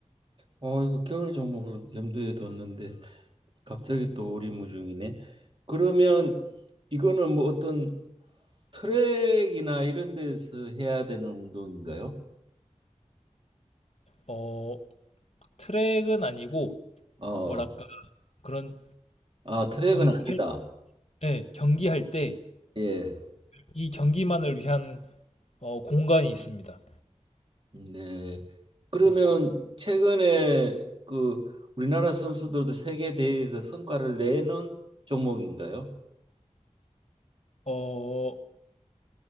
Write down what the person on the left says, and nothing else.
어, 트랙은 아니고
뭐랄까 그런
경기할
네, 경기할 때
이 경기만을 위한 어, 공간이 있습니다.
네.
어,